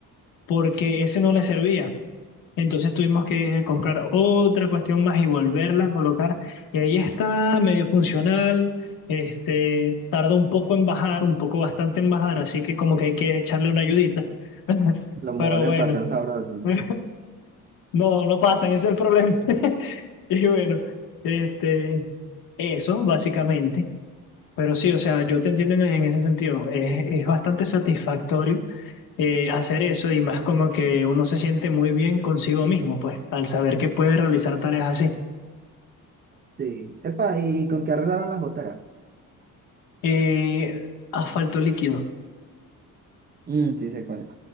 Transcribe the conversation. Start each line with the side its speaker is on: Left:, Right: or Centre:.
Left: porque ese no le servía. Entonces tuvimos que eh, comprar otra cuestión más y volverla a colocar. Y ahí está, medio funcional. Este, tarda un poco en bajar, un poco bastante en bajar, así que como que hay que echarle una ayudita. <laughs>
Right: los mojones
Left: Pero bueno,
Right: pasan sabrosos.
Left: <laughs> no, no pasan, ese es el problema. <laughs> Y bueno, este, eso básicamente. Pero sí, o sea, yo te entiendo en, en ese sentido. Es, es bastante satisfactorio eh, hacer eso y más como que uno se siente muy bien consigo mismo, pues, al saber que puede realizar tareas así.
Right: Sí, epa, ¿y, y con qué arreglaron las goteras?
Left: Eh, asfalto líquido.
Right: Mm, sí sé cuál es.